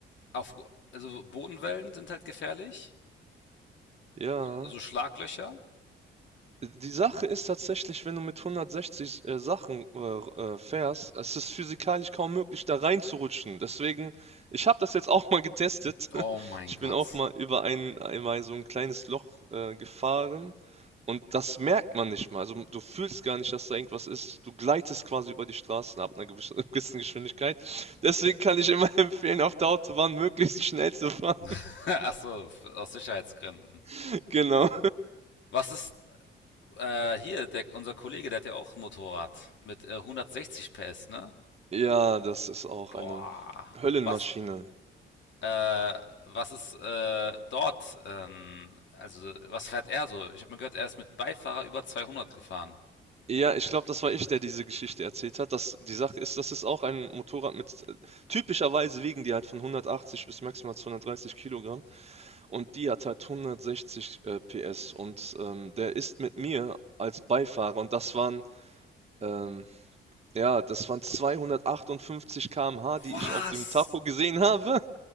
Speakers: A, on the left; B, on the right.
A: auf, also Bodenwellen sind halt gefährlich.
B: Ja.
A: So Schlaglöcher.
B: Die Sache ist tatsächlich, wenn du mit 160 äh, Sachen äh, äh, fährst, es ist physikalisch kaum möglich, da reinzurutschen. Deswegen, ich habe das jetzt auch mal getestet.
A: Oh
B: <laughs>
A: mein
B: Ich
A: Gott.
B: bin auch mal über ein, einmal so ein kleines Loch äh, gefahren und das merkt man nicht mal. Also du fühlst gar nicht, dass da irgendwas ist. Du gleitest quasi über die Straßen ab einer gewissen <laughs> gewissen Geschwindigkeit. Deswegen kann ich immer <laughs> empfehlen, auf der Autobahn möglichst schnell zu fahren.
A: <laughs> Ach so, aus Sicherheitsgründen.
B: <laughs> Genau.
A: Was ist Äh, hier, der, unser Kollege, der hat ja auch ein Motorrad mit äh, 160 PS, ne?
B: Ja, das ist auch
A: Boah.
B: eine Höllenmaschine.
A: Was, äh, was ist äh, dort? Ähm, also, was fährt er so? Ich habe mir gehört, er ist mit Beifahrer über 200 gefahren.
B: Ja, ich glaube, das war ich, der diese Geschichte erzählt hat. Das, die Sache ist, das ist auch ein Motorrad mit, äh, typischerweise wiegen die halt von 180 bis maximal 230 Kilogramm und die hat halt 160 äh, PS und ähm, der ist mit mir als Beifahrer und das waren, ähm, ja, das waren 258 km/h, die
A: Was?
B: ich auf dem Tacho gesehen habe